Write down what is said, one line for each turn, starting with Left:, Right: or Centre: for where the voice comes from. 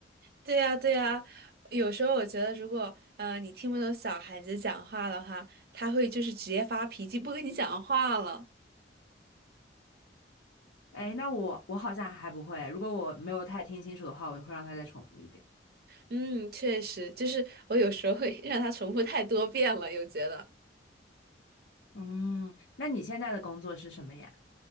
Right: 对呀，对呀，有时候我觉得，如果呃你听不懂小孩子讲话的话，他会就是直接发脾气，不跟你讲话了。
Left: <laughs> 哎，那我我好像还不会，如果我没有太听清楚的话，我会让他再重复一遍。
Right: 嗯，确实，就是我有时候会 <laughs> 让他重复太多遍了，又觉得
Left: 嗯，那你现在的工作是什么呀？